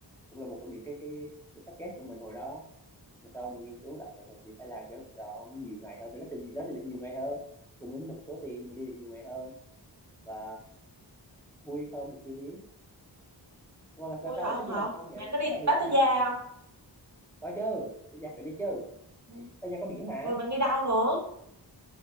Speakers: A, in the centre; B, on the right.
A: cũng là một trong những cái cái cái package của mình hồi đó mà sau mình nghiên cứu lại thì sự đi Thái Lan cho cho nhiều ngày hơn vì nó sẽ nó sẽ được nhiều ngày hơn cùng với một số tiền nhưng mà đi được nhiều ngày hơn và vui không thì chưa biết mà, mà
B: vui
A: sao
B: hả
A: lại
B: không
A: thích đi
B: hả
A: Hồng Kông vậy
B: bạn có
A: tức
B: đi
A: là vì
B: Pattaya
A: sao bạn
B: không
A: có chứ bây giờ phải đi chứ
B: Ừ.
A: bây giờ có biển mà
B: rồi bạn đi đâu nữa